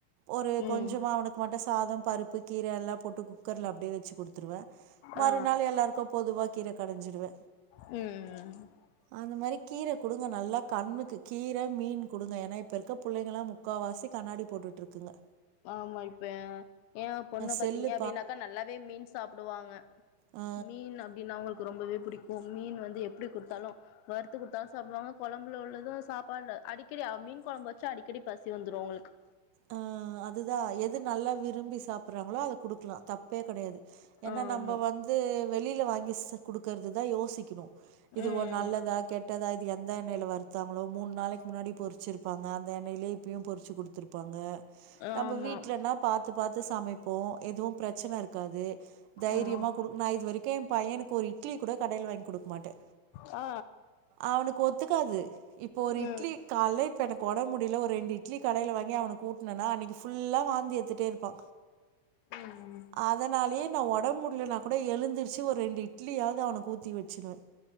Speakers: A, on the right (about 85°); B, on the left (about 80°).
A: ஒரு
B: ம்
A: கொஞ்சமா அவனுக் குவாட்டஸ் சாதம் பருப்பு கீர எல்லா போட்டு குக்கர்ல அப்டியே வச்சு குடுத்துருவ மறுநாள்
B: ஆ
A: எல்லாருக்கு பொதுவா கீர கடஞ்சிடுவ
B: ம் ம் ம்
A: அந்த மாரி கீர குடுங்க நல்லா கண்ணு கு கீர மீன் குடுங்க ஏனா இப்ப இருக்க புள்ளைங்களா முக்காவாசி கண்ணாடி போட்டுட்ருக்குங்க
B: ஆமா இப்ப ஏ ஏ பொண்ண
A: செல்லு
B: பாத்தீங்க அப்டின்னாக்கா நல்லாவே மீன் சாப்டுவாங்க
A: ஆ
B: மீன் அப்டின்னா அவுங்களுக்கு ரொம்பவே புடிக்கு மீனு வந்து எப்டி குடுத்தாலு வறுத்து குடுத்தாலு சாப்டுவாங்க கொழம்புல உள்ளது சாப்பாட்ல அடிக்கடி அவ மீன் கொழம்பு வச்சா அடிக்கடி பசி வந்துரு அங்களுக்
A: ஆ அதுதா எது நல்லா விரும்பி சாப்டறாங்களோ அத குடுக்லா தப் ப்பே கடையாது ஏனா
B: ஆமா
A: நம்ப வந்து வெளில வாங்கி ச குடுக்கறது தா யோஸ் திக்கிணு இது
B: ம்
A: ஒரு நல்லதா கேட் ட்தா இது எந்த எண்ணெய்ல வருத்தாங்களோ மூண் நாளைக்கு முன்னாடி பொறிச்சிருப்பாங்க அந்த எண்ணெய்லே இப்பயு பொறிச்சு குடுத்துருப் ப்பாங்க
B: ஆமா
A: நம்ப வீட்லனா பாத்து பாத்து சமைப்போ எதுவு பிரச்சன இருக்காது தைரியமா
B: ம்
A: குடு நா இது வரைக்கு என் பையன்னுக்கு ஒரு இட்லி கூட கடைல வாங் குடுக் மாட்ட
B: ஆ
A: அவனுக்கு ஒத்துக்காது இப்ப ஒரு
B: ம்
A: இட்லி கால்ல இப்ப எனக் உடம் முடில ஒரு ரெண்டு இட்லி கடைல வாங் ஏ அவக்குனு கூட்னனா அன்னைக்கு ஃபுல்லா வாந்தி எத்துட்டே இருப்பா
B: ம்
A: அதனாலயே நா ஒடம் முடிலனா கூட எழுந்திருச்சி ஒரு ரெண்டு இட்லியாது அவனுக்கு ஊத்தி வச்சிருவே